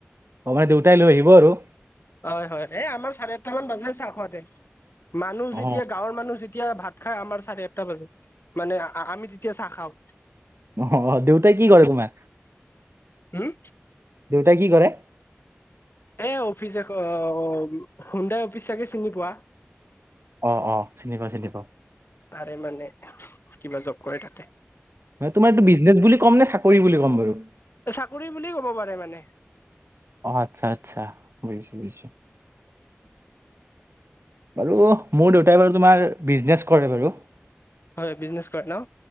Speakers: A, on the right; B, on the left.
A: অ', মানে, দেউতাই লৈ আহিব, আৰু।
B: হয়, হয়। এ, আমাৰ চাৰে আঠটা মান বাজেই, চাহ খাওঁতে। মানুহ,
A: অ
B: যেতিয়া, গাঁৱৰ মানুহ, যেতিয়া, ভাত খাই, আমাৰ, চাৰে আঠটা বাজে, মানে, আমি, তেতিয়া, চাহ খাওঁ।
A: অ', অ'। দেউতাই, কি কৰে, তোমাৰ?
B: হঁম।
A: দেউতাই, কি কৰে?
B: এ, অফিচে। অ', হুণ্ডাই অফিচ, চাগে, চিনি পোৱা?
A: অ', অ', চিনি পাওঁ, চিনি পাওঁ।
B: তাৰে, মানে, কিবা জব কৰে, তাতে।
A: <unintelligible> তোমাৰ, এইটো, বিজনেছ বুলি কম নে, চাকৰি বুলি ক'ম বাৰু?
B: চাকৰি বুলি ক'ব পাৰে, মানে।
A: অ', আচ্ছা, আচ্ছা। বুজিছো, বুজিছো। বাৰু, মোৰ দেউতাই, বাৰু, তোমাৰ, বিজনেছ কৰে, বাৰু।
B: হয়, বিজনেছ কৰে, ন।